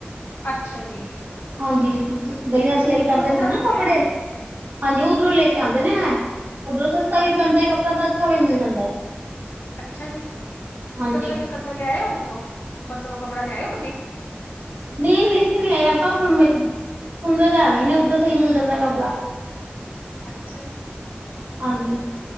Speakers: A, on the left; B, on the right.
A: ਅੱਛਾ ਜੀ।
B: ਹਾਂਜੀ, ਗਲੀਆਂ
A: ਹਾਂਜੀ
B: ਸੇਲ
A: ਉੱਥੋਂ
B: ਕਰਦੇ
A: ਦਾ ਕੱਪੜਾ
B: ਨੇ ਨਾ
A: ਵੀ ਵਧੀਆ
B: ਕੱਪੜੇ। ਹਾਂਜੀ ਉੱਧਰੋਂ ਲੈ ਕੇ ਆਂਦੇ ਨੇ ਐ, ਉੱਧਰੋਂ ਸਸਤਾ
A: ਅੱਛਾ
B: ਵੀ ਪੈਂਦੈ
A: ਜੀ
B: ਕੱਪੜਾ ਤਾਂ ਅੱਛਾ ਵੀ ਮਿਲ ਜਾਂਦੈ।
A: ਅੱਛਾ ਜੀ! ਤੁਸੀਂ
B: ਹਾਂਜੀ
A: ਇਕ-ਅੱਧਾ ਲੈ- ਇਕ-ਅੱਧਾ ਲਿਆਇ ਓ ਉਦੋਂ, ਅੰਬਰਸਰੋ ਕੱਪੜਾ ਲਿਆਏ ਓ ਕਦੀ?
B: ਨੀ ਲੇਕਿਨ ਏ ਆਪਾਂ <unintelligible> ਸੁਨਦੇ ਤਾਂ ਐਵੇਂ ਈ ਨੇ ਉੱਧਰ ਸਈ ਮਿਲ ਜਾਂਦੈ ਕੱਪੜਾ।
A: ਅੱਛਾ ਜੀ।
B: ਹਾਂਜੀ।